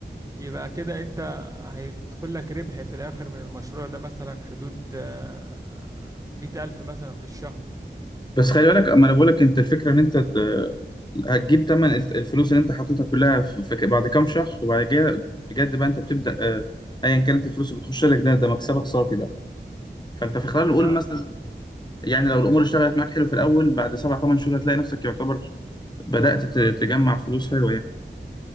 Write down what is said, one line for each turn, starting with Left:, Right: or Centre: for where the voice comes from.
Right: يبقى كده أنت هيدخل لك ربح في الآخر من المشروع ده مثلا حدود آه، 100000 مثلا في الشهر
Left: بس خلي بالك اما انا بقول لك انت الفكره ان انت ت- هتجيب تمن الت- الفلوس اللي انت حطيتها كلها في في- ك- بعد كام شهر وبعد كده بجد بقى انت بتبدا آه، ايا كانت الفلوس اللي بتخش لك ده ده مكسبك صافي بقى فانت في خلال
Right: يعني
Left: نقول مثلا يعني لو الامور اشتغلت معاك حلو في الاول بعد سبع ثمان شهور هتلاقي نفسك يعتبر بدات ت- تجمع فلوس حلوه يعني